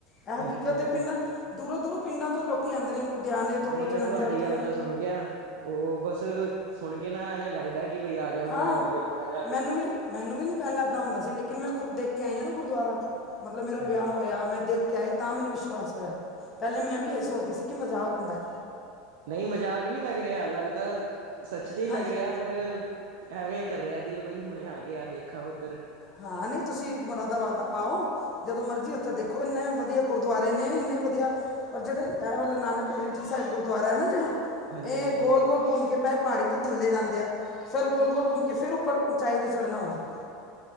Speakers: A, on the left; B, on the right.
A: ਐ ਹਕੀਕਤ
B: ਹਾਂਜੀ ਹਾਂਜੀ
A: ਏ ਪਿੰਡਾਂ ਦੂਰੋਂ-ਦੂਰੋਂ ਪਿੰਡਾਂ ਤੋਂ ਲੋ ਕੀ ਆਂਦੇ ਨੇ ਲੁਧਿਆਣੇ ਤੋਂ,
B: ਨਹੀਂ
A: ਜਲੰਧਰ ਤੋਂ।
B: ਮੈਂ ਕੇਆ ਓ ਬੱਸ ਸੁਣ ਕੇ ਨਾ ਐਵੇਂ ਲੱਗਦਾ ਕਿ ਬਈ ਆ ਜਾ ਮੈਂ
A: ਹਾਂ
B: ਹੁਣ ਵੇਖਾਂ ਜਾ ਕੇ।
A: ਮੈਨੂੰ ਵੀ ਮੈਨੂੰ ਵੀ ਨੀ ਪਹਿਲਾ ਐਦਾਂ ਹੁੰਦਾ ਸੀ ਲੇਕਿਨ ਮੈਂ ਖੁਦ ਦੇ ਕੇ ਆਈ ਆ ਨਾ ਗੁਰਦੁਆਰਾ। ਮਤਲਬ ਮੇਰਾ
B: ਹਾਂਜੀ
A: ਵਿਆਹ ਹੋਇਆ ਮੈਂ ਦੇ ਕੇ ਆਈ ਤਾਂ ਮੈਨੂੰ ਵਿਸ਼ਵਾਸ ਹੋਇਆ ਪਹਿਲੇ ਮੈਂ ਵੀ ਏ ਸੋਚਦੀ ਸੀ ਕਿ ਮਜ਼ਾਕ ਹੁੰਦਾ ਐ।
B: ਨਈ ਮਜ਼ਾਕ ਨੀ ਲੱਗ ਰੇਆ ਲੱਗਦਾ ਸੱਚ ਜੇਈ ਲੱਗ
A: ਹਾਂਜੀ
B: ਰੇਆ ਪਰ ਐਵੇਂ ਕਰ ਰੇਆ ਦਿਲ ਬਈ ਹੁਣੇ ਆ ਗਿਆ ਦੇਖਾ ਉੱਧਰ।
A: ਹਾਂ ਨਈ ਤੁਸੀਂ ਮੁਰਾਦਾਬਾਦ ਆਓ। ਜਦੋਂ ਮਰਜੀ ਉੱਥੇ ਦੇਖੋ ਇੰਨੇ ਵਧੀਆ ਗੁਰਦੁਆਰੇ ਨੇ ਇੰਨੇ ਵਧੀਆ। ਔਰ ਜਿਹੜੇ ਇਹ ਨਾਨਕ ਰੀਠਾ ਸਾਹਿਬ ਗੁਰਦੁਆਰਾ ਹੈ ਨਾ ਜਿਹੜਾ।
B: ਹਾਂਜੀ
A: ਇਹ
B: ਹਾਂਜੀ
A: ਗੋਲ- ਗੋਲ ਘੁੰਮ ਕੇ ਪਲੇ ਪਹਾੜੀ ਤੇ, ਥੱਲੇ ਜਾਂਦੇ ਆ, ਫੇਰ ਗੋਲ ਗੋਲ ਘੁੰਮ ਕੇ ਫੇਰ ਉੱਪਰ ਉਚਾਈ 'ਤੇ ਚੜਨਾ ਹੁੰਦਾ ਐ।